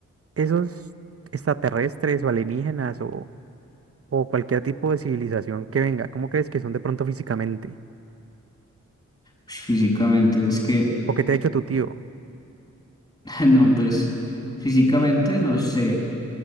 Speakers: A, on the right; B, on the left.
A: esos extraterrestres o alienígenas o, o cualquier tipo de civilización que venga? ¿Cómo crees que son de pronto físicamente?
B: Ush, Físicamente, es que,
A: ¿O qué te ha dicho tu tío?
B: <laughs> no, pues, físicamente no sé.